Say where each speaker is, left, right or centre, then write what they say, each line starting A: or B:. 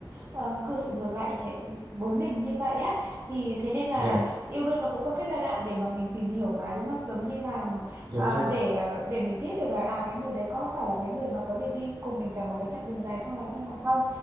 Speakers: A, on the right; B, on the right.
A: ờ, cư xử ngược lại với mình như vậy á thì thế nên là
B: dạ
A: yêu đương nó cũng có cái giai đoạn để mà mình tìm hiểu mà đúng không giống như là
B: đúng
A: à,
B: rồi
A: để để mình biết được là à cái người đấy có phải là cái người mà có thể đi cùng mình cả một cái chặng đường dài sau này hay là không